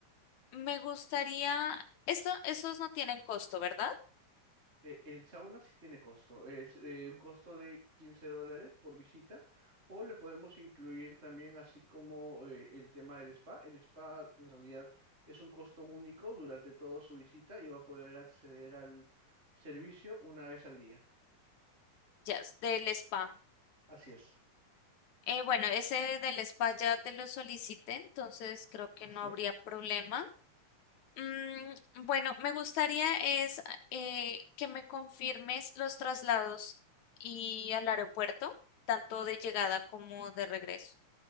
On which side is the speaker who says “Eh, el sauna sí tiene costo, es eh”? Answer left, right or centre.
Right